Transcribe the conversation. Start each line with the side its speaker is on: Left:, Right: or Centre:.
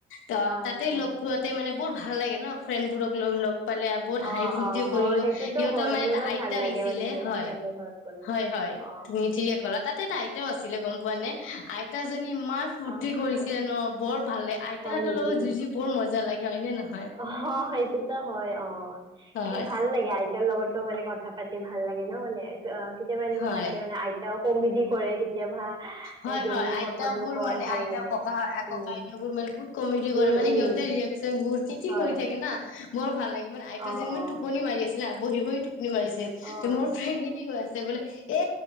Left: ত'
Right: আচ্ছা।
Left: তাতে লগ লোৱাতে মানে বৰ ভাল লাগে ন ফ্ৰেণ্ড বোৰক লগ-লগ। পালে আৰু বহুত হাঁহি-ফূৰ্তি
Right: অ', অ', হয়
Left: কৰিলো
Right: সেইটোতো
Left: সিহঁতৰ
Right: হয়
Left: মানে
Right: মোৰো
Left: এটা আইতা
Right: ভাল লাগে
Left: আহিছিলে
Right: মানে সেনেকুৱা
Left: হয়-হয়-হয়।
Right: ফ্ৰেণ্ডৰ ঘৰত গ'লে।
Left: হয়,
Right: অ',
Left: তুমি ঠিকে ক'লা তাতেটো আইতাও আছিলে গম পোৱা নে, আইতাজনী ইমান ফূুৰ্তি
Right: আচ্ছা
Left: কৰিছিলে ন' বৰ ভাল আইতাহঁতৰ
Right: হয় নেকি
Left: লগত যুঁজি বৰ মজা লাগে হয় নে ন
Right: অ' সেইটোতো হয় অ'
Left: হয়
Right: এই ভাল লাগে আই তেওঁৰ লগতো মানে কথা পাতি ভাল লাগে ন' মানে অ', কেতিয়াবা এনেকুৱা
Left: হয়
Right: থাকে মানে আইতাও কমেডি কৰে কেতিয়াবা।
Left: হয়,
Right: এ জমনি
Left: হয়, আইতাবোৰ
Right: কথাবোৰ কয়
Left: মানে
Right: ভাল
Left: আইতা
Right: লাগে।
Left: ককাহৰ ককা
Right: উম,
Left: আইতাবোৰ মানে বহুত কমেডি কৰে
Right: উম,
Left: মানে
Right: উম,
Left: সিহঁতে <unintelligible> <unintelligible> কি কি
Right: হয়
Left: কৰি থাকে না বৰ ভাল লাগে মানে আইতা
Right: অ',
Left: জনী
Right: অ',
Left: টোপনি মাৰি আছিলে বহি বহি টোপ টোপনি মাৰিছে
Right: অ',
Left: ত' মোৰ ফ্ৰেণ্ডে কি কৈ আছে বোলে, এ